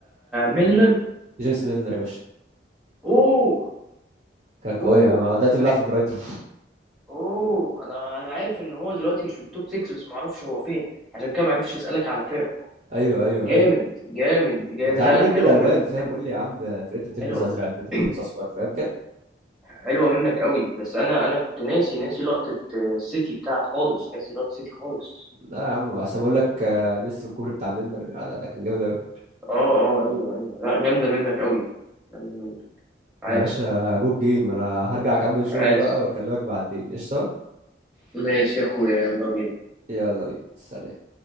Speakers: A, in the centre; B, on the right.
A: ميلنر
B: جيمس ميلنر يا باشا
A: اوه
B: كان قوي
A: اوه
B: ده دلوقتي بيلعب في برايتون
A: اوه انا انا عارف ان هو دلوقتي مش في التوب 6 بس ما اعرفش هو فين عشان كده ما عرفش اسالك على فرق
B: ايوه ايوه
A: جامد
B: ايوه
A: جامد جامد
B: كنت يا
A: لا
B: عم
A: لا
B: اجيب
A: حلوه
B: بالالوان
A: منك
B: فاهم قول لي يا عم فرقته بتلبس
A: حلوه
B: ازرق فرقته
A: <clears throat>
B: بتلبس اصفر فاهم كده
A: حلوه منك قوي بس انا انا كنت ناسي ناسي لقطه آه، السيتي بتاع خالص ناسي لقطه السيتي خالص
B: لا يا عم عشان اقول لك آه، ميسي والكوبري بتاع ميلنر لا لا لا، كان جامد قوي
A: اه اه ايوه ايوه لا جامده منك قوي جامدة منك. عاش
B: يا باشا جود جيم انا هرجع اكمل شغل
A: عاش
B: بقى واكلمك بعدين قشطه
A: ماشي يا اخويا يلا بينا
B: يلا بينا سلام